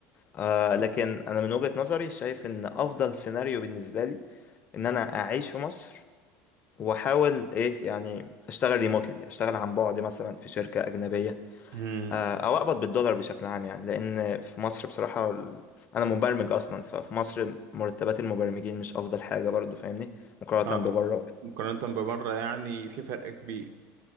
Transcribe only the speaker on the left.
آه لكن انا من وجهه نظري شايف ان افضل سيناريو بالنسبه لي ان انا اعيش في مصر واحاول ايه يعني اشتغل ريموتلي اشتغل عن بعد مثلا في شركه اجنبيه
آه، او اقبض بالدولار بشكل عام يعني لان في مصر بصراحه ال- انا مبرمج اصلا ففي مصر مرتبات المبرمجين مش افضل حاجه برضو فاهمني مقارنه
ببره وكده